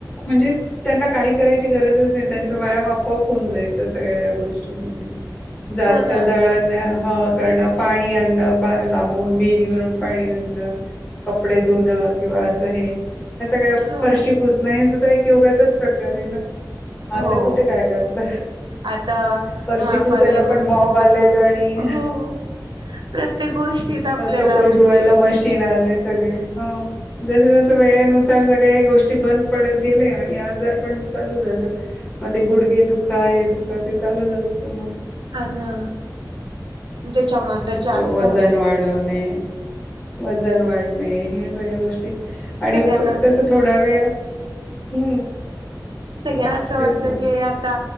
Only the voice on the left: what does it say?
म्हणजे त्यांना काही करायची गरजच नाही त्यांचा व्यायाम आपोआप होऊन जायचा सगळ्या गोष्टीमध्ये. जातं,
दळण. ह कारण पाणी आणं न, लांब लांबून विहिरी वरून पाणी आणणं, कपडे धुणं किंवा असं हे या सगळ्या
फरशी पुसणं हे सुद्धा एक योगाचाच प्रकार आहे ना. आता
कुठे काय करत
फरशी
पुसायला पण मॉब
आलेत
आणि
कपडे
धुवायला
मशीन आले सगळे हे, जसं जसं वेळेनुसार सगळे हे गोष्टी ब पडत गेले आणि आजार पण चालू झालं मग ते गुडघे दुखा हे दुखा ते चालूच असतं मग.
वजन
वाढवणे, वजन वाढ नाही हे सगळ्या गोष्टी आणि
मग
कसं थोडा वेळ हम्म.
तेच
ना